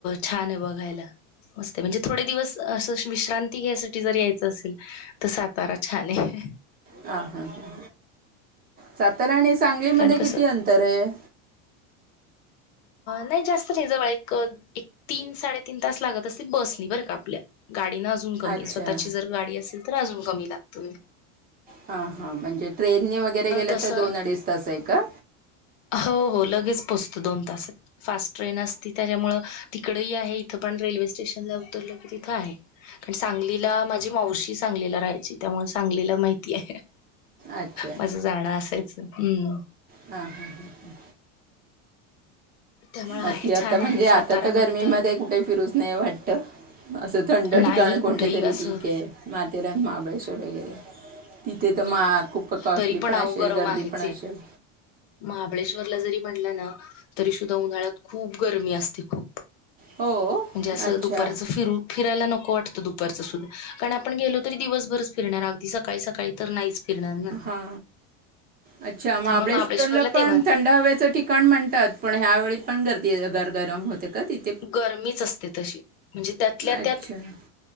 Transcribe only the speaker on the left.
छान आहे बघायला मस्त म्हणजे थोडे दिवस असं विश्रांती घ्यायसाठी जर यायचं असेल तर सातारा छान आहे.
कारण कसं
नाही जास्त नाही जवळ एक एक, तीन, साडेतीन तास लागत असते बस नी बरं का आपल्या गाडी न अजून कमी
स्वतःची जर गाडी असेल तर अजून कमी लागत.
तसं
हो हो लगेच पोचतो दोन तास फास्ट ट्रेन असती त्याच्यामुळ तिकडेही आहे इथं पण रेल्वे स्टेशनला उतरलं की तिथं आहे. कारण सांगलीला माझी मावशी सांगलीला राहायची त्यामुळं सांगलीला माहिती आहे.
माझ जाणं असायचं हम्म
त्यामुळे आहे
छान
आहे सातारामध्ये
नाही
कुठेही
असं
तरी
आव
गरम
आहेच
आहे. महाबळेश्वरला जरी म्हणटला ना तरी सुद्धा उन्हाळ्यात खूप गरमी असते खूप
म्हणजे असं
दुपारच फिरू फिरायला नको वाटतं दुपारचं सुद्धा कारण आपण गेलो तरी दिवसभरच फिरणार अगदी सकाळी सकाळी तर नाहीच. फिरणार ना.
त्यामुळे तेव्हाच
गरमीच असते तशी म्हणजे त्यातल्या
त्यात